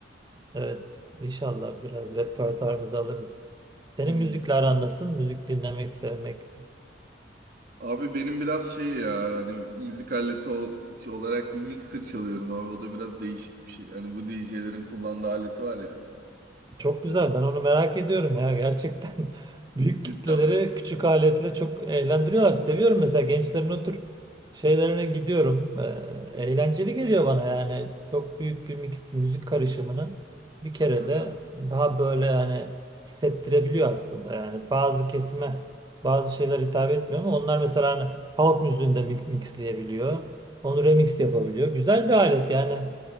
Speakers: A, on the right; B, on the right.
A: Evet, inşallah biraz repertuarımızı alırız. Senin
B: Hmm.
A: müzikle aran nasıl? Müzik dinlemek, sevmek.
B: Abi benim biraz şey ya hani müzik aleti ol- olarak bir mixer çalıyorum abi. O da biraz değişik bir şey. Hani bu DJ'lerin kullandığı aleti var ya.
A: Çok güzel. Ben onu merak ediyorum ya. Gerçekten <laughs> büyük
B: Cidden
A: kitleleri
B: mi?
A: küçük aletle çok eğlendiriyorlar. Seviyorum mesela gençlerin o tür şeylerine gidiyorum. Ee, eğlenceli geliyor bana yani. Çok büyük bir mix, müzik karışımını bir kere
B: Aha
A: de daha böyle yani hissettirebiliyor aslında. Yani bazı kesime bazı şeyler hitap etmiyor ama onlar mesela hani halk müziğinde mi- mixleyebiliyor. Onu remix yapabiliyor. Güzel bir alet
B: Evet.
A: yani.